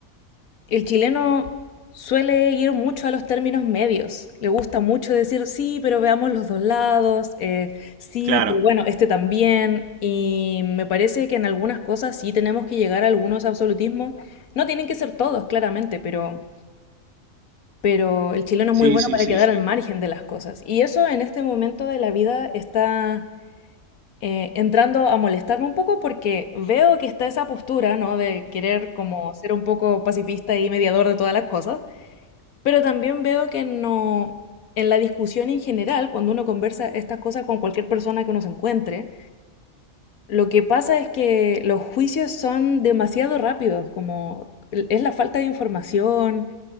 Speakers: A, on the left; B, on the right.
A: el chileno suele ir mucho a los términos medios. Le gusta mucho decir, sí, pero veamos los dos lados, eh, sí,
B: Claro,
A: pero bueno, este también. Y me parece que en algunas cosas sí tenemos que llegar a algunos absolutismos. No tienen que ser todos, claramente, pero, pero el chileno es
B: sí,
A: muy bueno
B: sí,
A: para
B: sí.
A: Sí, quedar al sí. margen de las cosas. Y eso en este momento de la vida está eh, entrando a molestarme un poco porque veo que está esa postura, ¿no? De querer como ser un poco pacifista y mediador de todas las cosas, pero también veo que no, en la discusión en general, cuando uno conversa estas cosas con cualquier persona que uno se encuentre, lo que pasa es que los juicios son demasiado rápidos, como es la falta de información,